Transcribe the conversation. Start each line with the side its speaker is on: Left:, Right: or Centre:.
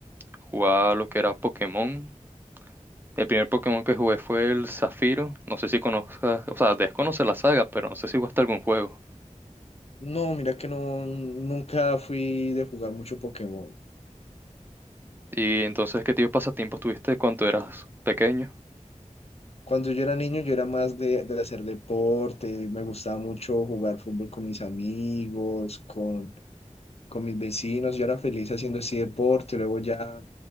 Right: jugaba lo que era Pokémon. El primer Pokémon que jugué fue el Zafiro, no sé si conozcas, o sea, debes conocer la saga, pero no sé si jugaste algún juego.
Left: No, mira que no, nunca fui de jugar mucho Pokémon.
Right: Y entonces, ¿qué tipo de pasatiempos tuviste cuando eras pequeño?
Left: Cuando yo era niño, yo era más de, de hacer deporte, me gustaba mucho jugar fútbol con mis amigos, con, con mis vecinos, yo era feliz haciendo así deporte, luego ya